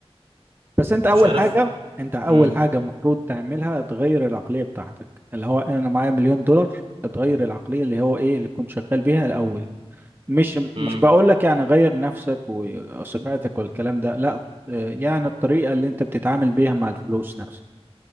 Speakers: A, on the right; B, on the right.
A: بس انت اول
B: مش عارف
A: حاجة انت اول
B: امم
A: حاجة المفروض تعملها تغير العقلية بتاعتك اللي هو انا معايا مليون دولار تغير العقلية اللي هو ايه اللي كنت شغال بيها الاول مش
B: امم
A: مش بقول لك يعني غير نفسك وصفاتك والكلام ده لا آه، يعني الطريقة اللي انت بتتعامل بيها مع الفلوس نفسها